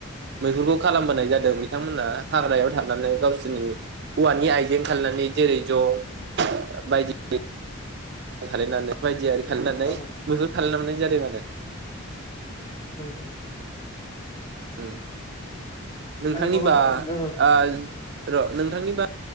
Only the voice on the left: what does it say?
औ
नंगौ
आरोबाव जोङो